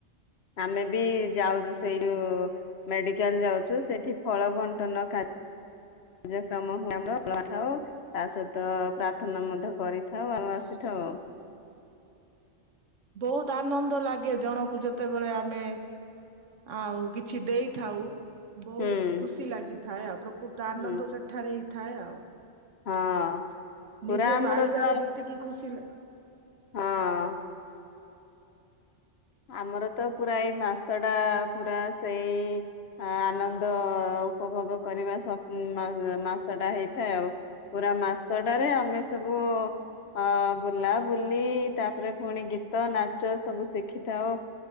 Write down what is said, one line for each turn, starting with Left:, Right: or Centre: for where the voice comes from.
Left: ଆମେ ବି ଯାଉଛୁ ସେଇ ଯୋଉ ମେଡିକାଲ ଯାଉଛୁ। ସେଠି ଫଳ ବଣ୍ଟନ କା <unintelligible> ଥାଉ ତା ସହିତ ପ୍ରାର୍ଥନା ମଧ୍ୟ କରିଥାଉ ଆଉ। ସେଠ।
Right: ବହୁତ ଆନନ୍ଦ ଲାଗେ ଜଣକୁ ଯେତେବେଳେ ଆମେ ଆଉ କିଛି ଦେଇଥାଉ। ବହୁତ
Left: ହୁଁ
Right: ଖୁସି ଲାଗିଥାଏ ଆଉ ପ୍ରକୃତ ଆନନ୍ଦ
Left: ହୁଁ।
Right: ସେଠାରେ ହିଁ ଥାଏ ଆଉ।
Left: ହଁ ପୁରା
Right: ନିଜେ
Left: ଆମର
Right: ପାଇବାରେ
Left: ତ
Right: ଯେତିକି ଖୁସିିଲ
Left: ହଁ। ଆମର ତ ପୁରା ଏଇ ମାସ ଟା ପୁରା ସେଇ ଆନନ୍ଦ ଉପଭୋଗ କରିବା ସ ମାସ ଟା ହେଇଥାଏ ଆଉ। ପୁରା ମାସଟାରେ ଆମେ ସବୁ ଅ ବୁଲା ବୁଲି ତାପରେ ପୁଣି ଗୀତ ନାଚ ସବୁ ଶିଖି ଥାଉ